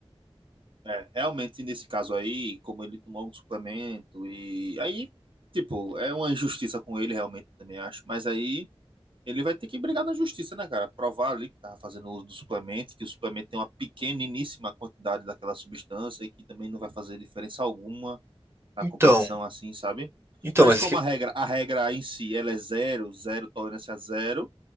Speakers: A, on the right; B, on the right.
A: É, realmente nesse caso aí, como ele tomou algum suplemento e aí, tipo, é uma injustiça com ele realmente também acho, mas aí ele vai ter que brigar na justiça, né, cara? Provar ali que tava fazendo uso do suplemento, que o suplemento tem uma pequeniníssima quantidade daquela substância e que também não vai fazer diferença alguma na
B: Então,
A: competição assim, sabe?
B: então,
A: Mas
B: mas
A: como
B: é que-
A: a regra, a regra em si, ela é zero, zero, tolerância zero,